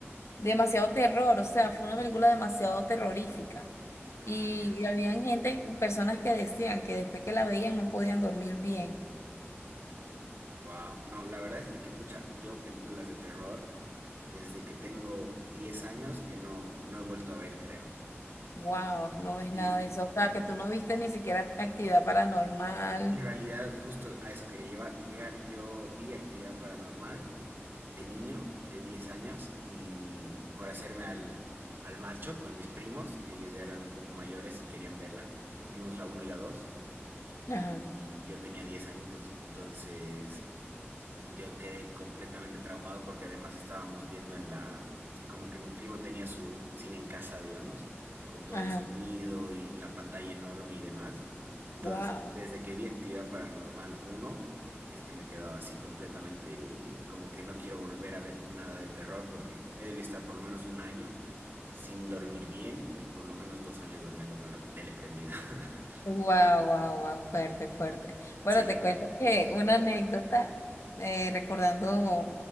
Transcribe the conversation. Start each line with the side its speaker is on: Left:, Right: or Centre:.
Left: demasiado terror, o sea, fue una película demasiado terrorífica.
Right: Ah,
Left: Y,
Right: ya.
Left: habían gente, personas que decían que después que la veían no podían dormir bien.
Right: wow. No, la verdad es de que, pucha, yo películas de terror desde que tengo 10 años que no, no he vuelto a ver, creo.
Left: Wow, no ves
Right: Sí,
Left: nada de eso. O sea, que tú no viste ni siquiera actividad paranormal.
Right: En realidad, justo a eso quería llevar- llegar. Yo vi actividad paranormal de niño, de 10 años, y por hacerme al, al macho con mis primos, que ellos ya eran un poco mayores y querían verla, y vimos la uno y la dos
Left: Ajá.
Right: y yo tenía 10 añitos. Entonces, yo quedé completamente traumado porque además estábamos viendo en la, como que mi primo tenía su cine en casa, digamos, con todo
Left: Ajá.
Right: el sonido y la pantalla enorme y demás. Entonces,
Left: Wow.
Right: desde que vi Actividad Paranormal uno eh, es que me quedaba así completamente, eh, como que no quiero volver a ver nada de terror porque he debido estar por lo menos un año sin dormir bien y por lo menos dos años durmiendo con la tele prendida. <laughs>
Left: Wow, wow, wow, fuerte, fuerte. Bueno,
Right: Sí.
Left: te cuento que una anécdota, eh, recordando